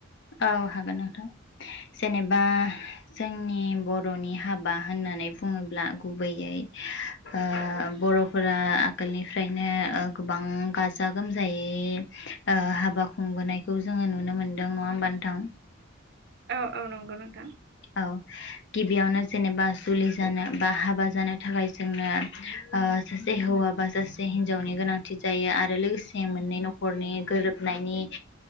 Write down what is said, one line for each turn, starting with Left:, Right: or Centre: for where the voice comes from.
Left: औ हागोन नोंथां। जेनेबा जोंनि बर'नि हाबा होननानै बुङोब्ला गुबैयै ओ बर'फोरा आगोलनिफ्रायनो गोबां गाजा - गोमजायै ओ हाबा खुंबोनायखौ जोङो नुनो मोनदों नङा होमबा नोंथां।
Right: औ - औ नंगौ नोंथां।
Left: औ गिबियावनो जेनेबा जुलि जानो बा हाबा जानो थाखाय जोंनो ओ सासे हौवाबा सासे हिनजावनि गोनांथि जायो आरो लोगोसे मोननै न'खरनि गोरोबनायनि